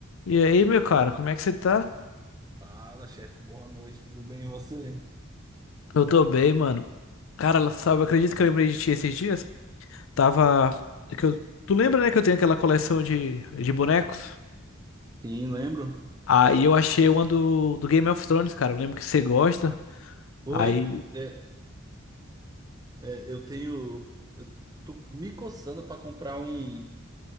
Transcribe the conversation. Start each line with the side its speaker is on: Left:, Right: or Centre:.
Left: E aí, meu cara, como é que você tá?
Right: Fala, chefe. Boa noite, tudo bem? E você?
Left: Eu tô bem, mano. Cara, sabe, acredito que eu lembrei de ti esses dias. Tava. é que eu- Tu lembra, né, que eu tenho aquela coleção de, de bonecos?
Right: Sim, lembro.
Left: Aí eu achei uma do, do Game of Thrones, cara. Eu lembro que você gosta.
Right: Foi,
Left: Aí.
Right: é, é, eu tenho, eu tô me coçando para comprar um,